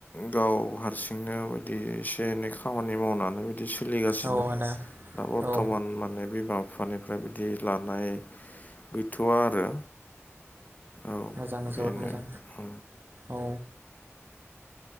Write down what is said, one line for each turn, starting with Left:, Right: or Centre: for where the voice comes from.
Left: गाव हारसिंनो बिदि एसे एनै खामानि मावनानै दि सोलिगासिनो
Right: औ आदा
Left: दा बर्थमान
Right: औ
Left: माने बिमा बिफानि फ्राय बिदि लानाय गैथ'वा आरो औ।
Right: ओं
Left: बेनो
Right: जोबोद मोजां
Left: औ
Right: औ।